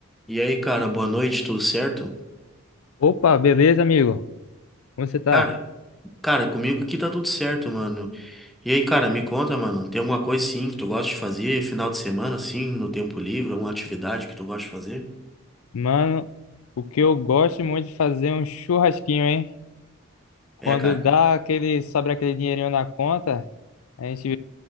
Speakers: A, in the centre; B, on the left.
A: E aí, cara, boa noite, tudo certo?
B: Opa, beleza, amigo? Como você tá?
A: Cara, cara, comigo aqui tá tudo certo, mano. E aí, cara, me conta, mano, tem alguma coisa sim que tu gosta de fazer, final de semana, assim, no tempo livre, alguma atividade que tu gosta de fazer?
B: Mano, o que eu gosto muito de fazer é um churrasquinho, hein? Quando
A: É, cara,
B: dá aquele, sobra aquele dinheirinho na conta, a gente